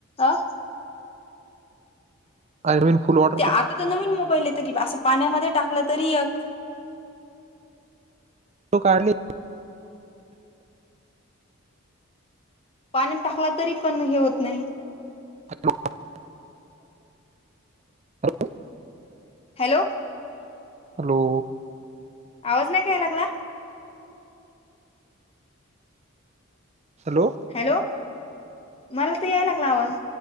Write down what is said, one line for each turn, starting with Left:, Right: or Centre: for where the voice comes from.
Left: अं
Right: आय व्हील फुल्ल वाट
Left: ते आता तर नवीन मोबाईल येतं की असं पाण्यामध्ये टाकलं तरी एक
Right: तो काढली
Left: पाणी टाकला तरी पण हे होत नायी
Right: <inaudible>
Left: हॅलो.
Right: हॅलो.
Left: आवाज नाय का याय लागला?
Right: हॅलो.
Left: हॅलो मला तर याय लागला आवाज.